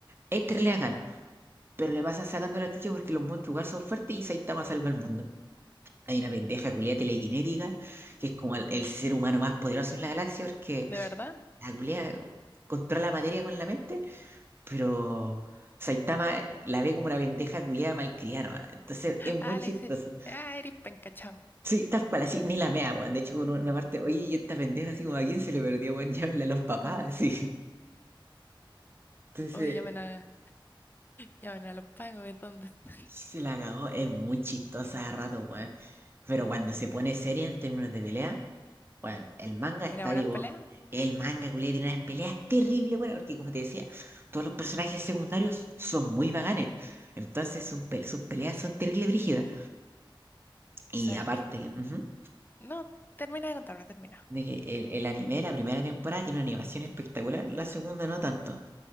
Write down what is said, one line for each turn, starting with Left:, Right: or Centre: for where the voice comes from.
Right: Este le hagan pero le pasa sacando la chucha porque los monstruos igual son fuertes y Saitama salva el mundo. Hay una pendeja culia telequinética que es como el, el ser humano más poderoso en la galaxia porque
Left: ¿De verdad?
Right: la culia controla la materia con la mente, pero Saitama la ve como una pendeja culia malcriada. nomás. Entonces es muy
Left: Ah,
Right: chistoso.
Left: le dice, ah, eres penca, chao.
Right: Sí, tal cual, así, ni la mea, weón. De hecho, en una parte, oye, ¿y esta pendeja así como a quién se le perdió, weón? <laughs> Llámenle a los papás,
Left: <laughs>
Right: así. Entonces,
Left: Oye, llamen a, llamen a los pagos, ¿y ¿dónde está?
Right: se la cagó. Es muy chistosa a rato, weón. Pero cuando se pone seria en términos de pelea. Bueno, el manga
Left: ¿Tiene
Right: está
Left: buena
Right: vivo.
Left: pelea?
Right: El manga, culiao, tiene unas peleas terribles, bueno, porque como te decía, todos los personajes secundarios son muy vaganes. Entonces sus, pe- sus peleas son terribles brígidas. Y
Left: ¿Sabéis
Right: aparte,
Left: qué?
Right: que, ujú,
Left: No, termina de contarme, termina.
Right: de que el, el anime, la primera temporada, tiene una animación espectacular, la segunda no tanto.